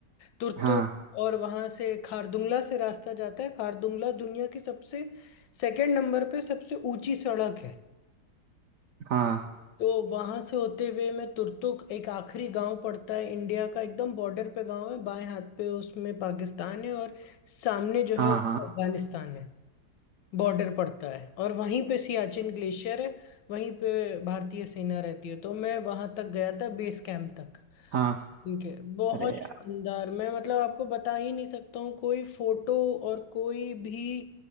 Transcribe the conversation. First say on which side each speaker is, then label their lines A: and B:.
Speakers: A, on the left; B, on the right.
A: तुर्तु
B: हाँ
A: और वहां से खारदुंगला से रास्ता जाता है खारदुंगला दुनिया की सबसे सेकंड नंबर पे सबसे ऊंची सड़क है
B: हाँ
A: तो वहां से होते हुए मैं तुर्तुक एक आखिरी गांव पड़ता है इंडिया का एकदम बॉर्डर पे गांव है बाएं हाथ पे उसमें पाकिस्तान है और सामने जो है
B: हाँ
A: अफगानिस्तान
B: हाँ
A: है बॉर्डर पड़ता है और वहीं पे सियाचिन ग्लेशियर है वहीं पे भारतीय सेना रहती है तो मैं वहां तक गया था बेस कैंप तक
B: हाँ
A: ठीक है बहुत
B: अरे यार
A: शानदार मैं मतलब आपको बता ही नहीं सकता हूँ कोई फोटो और कोई भी